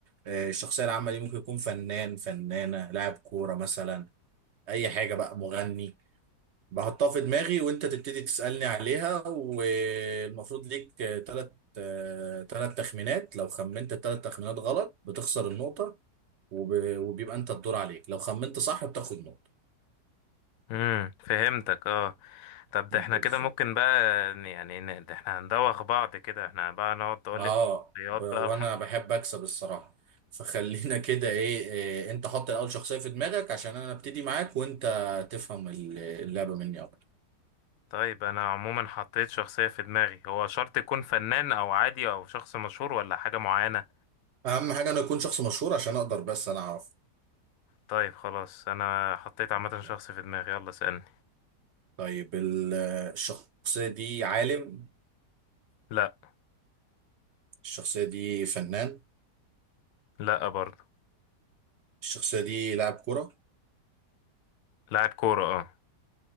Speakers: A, on the right (about 65°); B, on the left (about 70°).
A: آه، الشخصيه العامه دي ممكن يكون فنان فنانه لاعب كوره مثلا اي حاجه بقى مغني بحطها في دماغي وانت تبتدي تسألني عليها والمفروض ليك ثلاث ثلاث تخمينات لو خمنت الثلاث تخمينات غلط بتخسر النقطة وب- وبيبقى انت الدور عليك لو خمنت صح بتاخد نقطة
B: امم فهمتك اه طب ده
A: بالظبط
B: احنا كده ممكن بقى ن- يعني ن- ده احنا هندوخ بعض كده احنا بقى نقعد تقول
A: اه
B: لي انت شخصيات
A: ب...
B: بقى
A: وانا
B: <laughs>
A: بحب اكسب الصراحة فخلينا <laughs> كده ايه, إيه انت حط الاول شخصية في دماغك عشان انا ابتدي معاك وانت تفهم ال- اللعبة مني اكتر
B: طيب انا عموما حطيت شخصيه في دماغي هو شرط يكون فنان او عادي او شخص مشهور ولا حاجه معينه
A: اهم حاجة انا اكون شخص مشهور عشان اقدر بس انا اعرف
B: طيب خلاص انا حطيت عامه
A: ماشي.
B: شخص في دماغي يلا اسالني
A: طيب ال- الشخصية دي عالم
B: لا
A: الشخصية دي فنان
B: لا برضه
A: الشخصية دي لاعب كرة
B: لاعب كورة اه